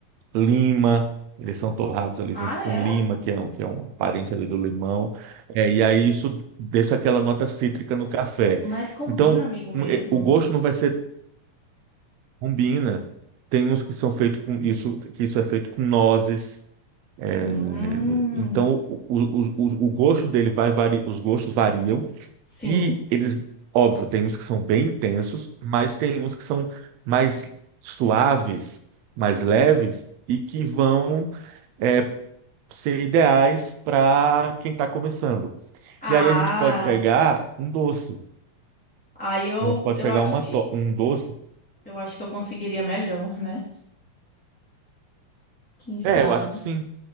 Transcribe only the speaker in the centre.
Ah,
é?
Mas combina,
amigo mesmo.
Hum,
sim.
Ah,
aí eu,
eu
acho
que
eu acho que eu conseguiria melhor, né? Quem sabe?